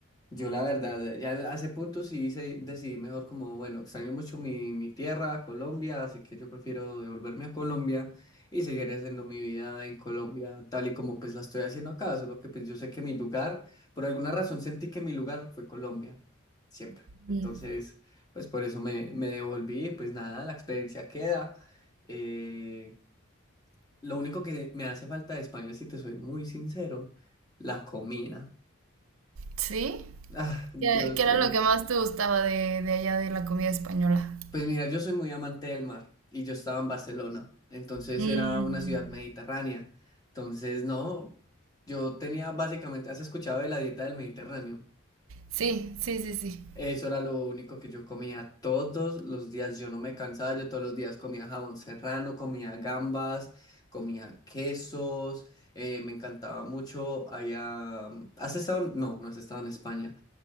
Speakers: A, on the left (about 20°); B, on the right (about 75°).
A: Yo la verdad, ya a ese punto sí se- decidí mejor como, bueno, extraño mucho mi, mi tierra, Colombia, así que yo prefiero devolverme a Colombia y seguir haciendo mi vida en Colombia, tal y como pues la estoy haciendo acá, solo que pues yo sé que mi lugar, por alguna razón sentí que mi lugar fue Colombia, siempre. Entonces,
B: Mm.
A: pues por eso me, me devolví, pues nada, la experiencia queda. Eh, lo único que me hace falta de España, si te soy muy sincero, la comida.
B: ¿Sí?
A: Ah, Dios
B: ¿Qué, qué era
A: mío.
B: lo que más te gustaba de, de allá de la comida española?
A: Pues mira, yo soy muy amante del mar y yo estaba en Barcelona, entonces
B: Mm.
A: era una ciudad mediterránea. Entonces, no, yo tenía básicamente, ¿has escuchado de la dieta del Mediterráneo?
B: Sí, sí, sí, sí.
A: Eso era lo único que yo comía todos los días, yo no me cansaba, yo todos los días comía jamón serrano, comía gambas, comía quesos, eh, me encantaba mucho allá. ¿Has estado? en- No, no has estado en España,